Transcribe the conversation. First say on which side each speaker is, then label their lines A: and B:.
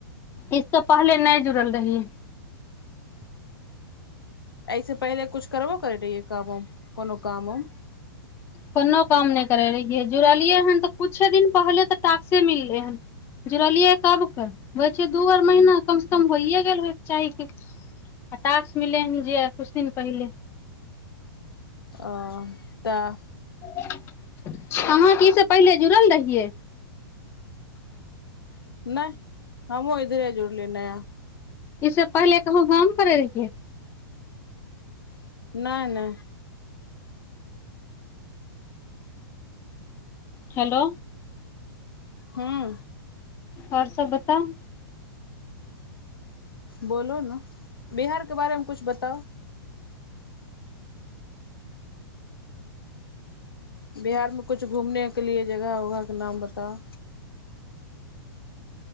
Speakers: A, on the left; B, on the left.
A: इस तऽ पहले नहि जुड़ल रहहि
B: ऐसे पहिले कुछ करबो कर रहहिै काम कोनो कामउम
A: कोनो काम नहि करैत रहियै जुड़लियै हन तऽ किछुे दिन पहिले तऽ टक्से मिललै हन जुड़लियै कबके होइ छै दू आर महीना कमसँ कम होइए गेल होयके चाही कि आ टास्स मिललै हन जे किछु दिन पहिले
B: आ तऽ
A: अहाँ की से पहिले जुड़ल रहियै
B: नहि हमहु इधरे जुड़ लेनेय
A: ईस पहिले कहू गाम करै रहिियै
B: नहि नहि
A: हेलो
B: हँ
A: आओर सब बताउ
B: बोलू ने बिहारके बारेमे किछु बताउ बिहारमे किछु घूमनेके लिए जगह उगहके नाम बताउ